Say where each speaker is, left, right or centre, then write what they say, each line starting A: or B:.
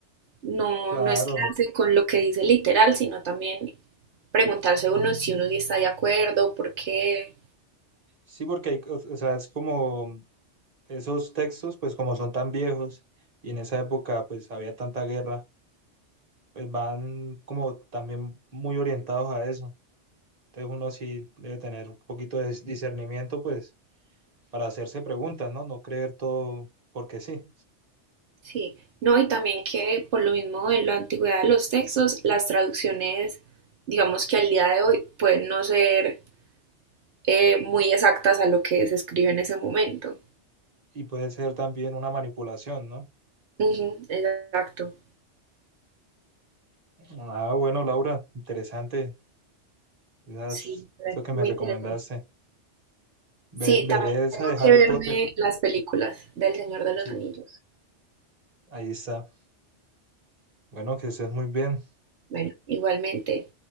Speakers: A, on the right; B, on the right.
A: No,
B: Claro,
A: no es quedarse con lo que dice literal, sino también preguntarse uno si uno sí está de acuerdo, por qué.
B: sí, porque hay, cos- o sea, es como esos textos, pues como son tan viejos y en esa época pues había tanta guerra, pues van como también muy orientados a eso. Entonces uno sí debe tener un poquito de dis- discernimiento, pues, para hacerse preguntas, ¿no? No creer todo porque sí.
A: Sí, no, y también que por lo mismo de la antigüedad de los textos, las traducciones, digamos que al día de hoy pueden no ser eh, muy exactas a lo que se escribe en ese momento.
B: Y puede ser también una manipulación, ¿no?
A: Ujú, exacto,
B: Ah, bueno, Laura, interesante. Esas-
A: sí, re-
B: eso que me
A: muy
B: recomendaste.
A: interesante.
B: Ve-
A: Sí,
B: veré
A: también
B: esa
A: tengo
B: de Harry
A: que verme
B: Potter.
A: las películas del Señor de los
B: Sí,
A: Anillos.
B: ahí está. Bueno, que estés muy bien.
A: Bueno, igualmente.